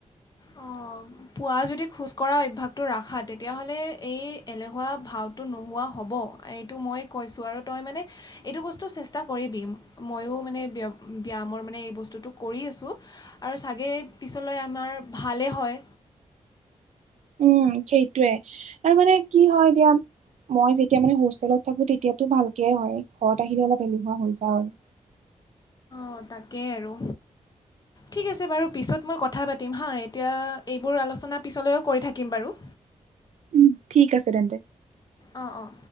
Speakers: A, on the left (about 35°); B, on the right (about 70°).
A: অঁ, পুৱা যদি খোজ কঢ়া অভ্যাসটো ৰাখা তেতিয়াহ'লে এই এলেহুৱা ভাওটো নোহোৱা হ'ব। এইটো মই কৈছোঁ আৰু তই মানে এইটো বস্তু চেষ্টা কৰিবি। ময়ো মানে ব্য ব্যায়ামৰ মানে এই বস্তুটো কৰি আছোঁ আৰু চাগে পিছলৈ আমাৰ ভালেই হয়।
B: উম সেইটোৱে আৰু মানে কি হয় এতিয়া। মই যেতিয়া মানে হোষ্টেলত থাকো তেতিয়াতো ভালকে হয় ঘৰত আহিলে অলপ এলেহুৱা হৈ যাওঁ আৰু।
A: অঁ তাকেই আৰু। ঠিক আছে বাৰু পিছত মই কথা পাতিম হাঁ এতিয়া এইবোৰ আলোচনা পিছলৈও কৰি থাকিম বাৰু।
B: উম ঠিক আছে তেন্তে।
A: অঁ অঁ।